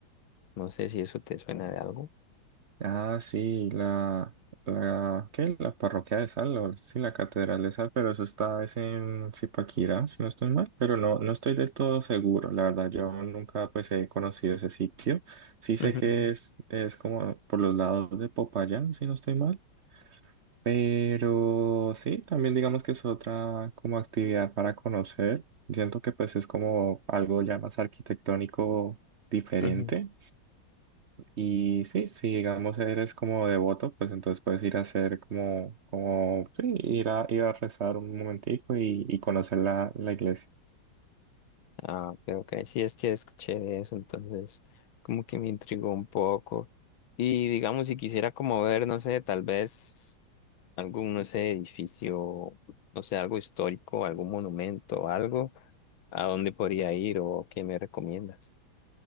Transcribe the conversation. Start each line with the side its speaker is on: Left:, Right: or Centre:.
Left: No sé si eso te suena de algo.
Right: Ah, sí, la, la, ¿qué? La parroquia de Sal, o sí, la catedral de Sal, pero eso está, es en Zipaquirá, si no estoy mal, pero no, no estoy del todo seguro, la verdad, yo nunca, pues, he conocido ese sitio, sí sé
Left: Ujú,
Right: que es, es como por los lados de Popayán, si no estoy mal, pero sí, también digamos que es otra como actividad para conocer, siento que, pues, es como algo ya más arquitectónico diferente,
Left: ujú.
Right: y sí, si digamos eres como devoto, pues entonces puedes ir a hacer como, como, sí, ir a, ir a rezar un momentico y, y conocer la, la iglesia.
Left: Ah, ok, ok. Sí, es que escuché de eso, entonces como que me intrigó un poco. Y digamos, si quisiera como ver, no sé, tal vez algún, no sé, edificio, no sé, algo histórico, algún monumento, algo, ¿a dónde podría ir o qué me recomiendas?